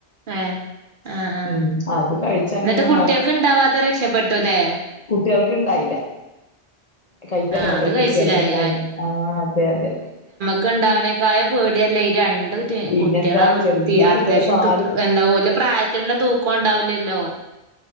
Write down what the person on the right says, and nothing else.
ഏഹ്? ആഹ് ആഹ്.
എന്നിട്ട് കുട്ടികൾക്ക് ഇണ്ടാവാതെ രക്ഷപ്പെട്ടുല്ലേ?
ആഹ്
അത്
കഴിച്ചിലായി
ക്ക്ണ്ടാവണേക്കാൾ പേടിയല്ലേ ഈ രണ്ട്
കുട്ടികളാകുമ്പോ
അത്യാവശ്യം
എന്താല പ്രായത്തിലുള്ള തൂക്കം ഉണ്ടാവില്ലല്ലോ.